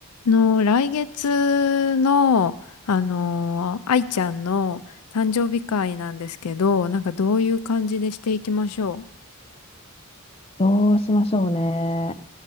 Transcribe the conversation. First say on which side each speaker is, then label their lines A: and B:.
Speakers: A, on the left; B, on the left.
A: の、来月の、あの愛ちゃんの誕生日会なんですけど、なんかどういう感じでしていきましょう。
B: どうしましょうね。